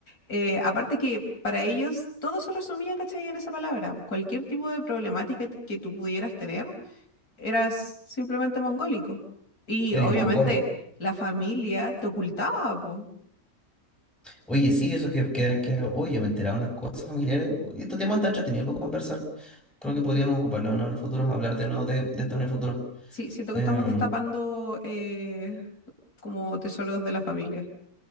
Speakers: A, on the left; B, in the centre.
A: Eh, aparte que para ellos todo se resumía, ¿cachai? En esa palabra. pues, Cualquier tipo de problemática t- que tú pudieras tener, eras simplemente mongólico. Y
B: eres
A: obviamente
B: mongolo.
A: la familia te ocultaba, po.
B: Oye, sí, eso que, que, que- oye, me enteraba unas cosas familiares. Y este tema está entretenido para conversar. Creo que podríamos ocuparlo, ¿no? en el futuro, hablar de nuevo de, de esto en el futuro.
A: Sí, siento que
B: Em,
A: estamos destapando eh, como tesoros de la familia.